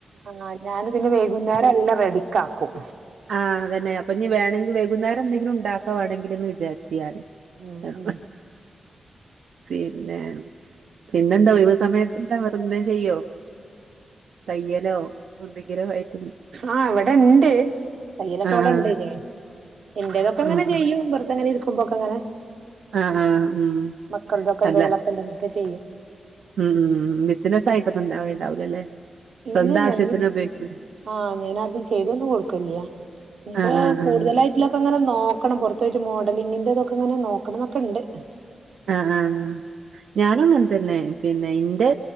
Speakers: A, on the right; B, on the right.
A: ആഹ് ഞാന് പിന്നെ വൈകുന്നേരം എല്ലാം റെഡിക്കാക്കും
B: ആഹ് അതന്നെ അപ്പ ഇഞ്ഞി വേണെങ്കി വെകുന്നേരം എന്തെങ്കിലും ഉണ്ടാക്കാ വേണെങ്കില്ന്ന് വിചാര് ഇല്ലേ
A: ഉം ഉം
B: പിന്നെ പിന്നെന്താ ഒഴിവ് സമയത്ത് എന്താ വേറെ എന്തെലും ചെയ്യോ തയ്യലോ എന്തെങ്കിലും ആയിട്ട്-
A: ആഹ് ഇവടെ ഇണ്ട് തയ്യലൊക്കെ
B: ആഹ്
A: ഇവടെ ഒണ്ട്നെ ഇന്റതൊക്കെ ഇങ്ങനെ
B: ഉം ഉം
A: ചെയ്യും വെറതെ ഇങ്ങനെ ഇരിക്കുമ്പോക്കെങ്ങനെ
B: ആഹ് ആഹ് ഉം
A: മക്കടെയൊക്കെ എന്തെങ്കിലൊക്കെ
B: അല്ല
A: ഇണ്ടെങ്കിലൊക്കെ ചെയ്യും
B: ഉം ഉം ഉം ബിസ്നസായിട്ടൊന്നും ഇണ്ടാവേണ്ടാവൂകയെ ഇണ്ടാവില്ല ഇല്ലേ സ്വന്തം
A: ഇല്ലില്ല
B: ആവശ്യത്തിന്
A: ഇനി
B: ഉപയോഗി
A: ആഹ് അങ്ങനെ ആർക്കും ചെയ്തൊന്നും കൊടുക്കനിണില്ല ഇഞ്ഞിപ്പോ
B: ആഹ് ആഹ്
A: കൂട്തലായി
B: ആഹ്
A: എല്ലാം ഇപ്പ അങ്ങനെ നോക്കണം പൊരത്തു പോയിട്ടു മോഡലിങ്ങിന്റ ഇതൊക്കെ ഇങ്ങനെ നോക്കണം എന്നൊക്കെയിണ്ട്
B: ആഹ് ആഹ് ആഹ് ഞാനും അങ്ങൻതന്നെ പിന്നെ ഇന്റെ